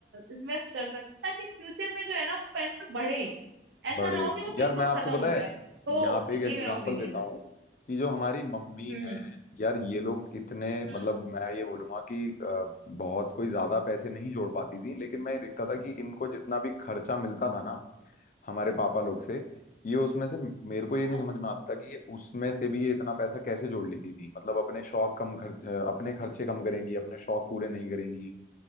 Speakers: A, on the right; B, on the left.
A: इन्वेस्ट कर सकते हैं, ताकि फ्यूचर में जो है ना वो पैसे बढ़े ऐसा
B: बड़े
A: ना हो कि वो बिल्कुल
B: यार मैं आपको
A: खत्म
B: पता
A: हो जाए
B: है
A: तो
B: यहाँ पे
A: ये
B: एक एग्जांपल
A: मेरा ओपिनियन
B: देता
A: है
B: हूँ कि जो हमारी मम्मी
A: हम्म
B: है यार ये लोग इतने
A: हम्म
B: मतलब मैं ये बोलूंगा कि अ, बहुत कोई ज्यादा पैसे नहीं जोड़ पाती थी लेकिन मैं ये देखता था कि इनको जितना भी खर्चा मिलता था ना हमारे पापा लोग से ये उसमें से मेरे को ये
A: हाँ,
B: नहीं समझ में आता था कि ये उसमें से भी ये इतना पैसा कैसे जोड़ लेती थी मतलब अपने शौक कम खर्च अ, अपने खर्चे कम करेंगी अपने शौक पूरे नहीं करेंगी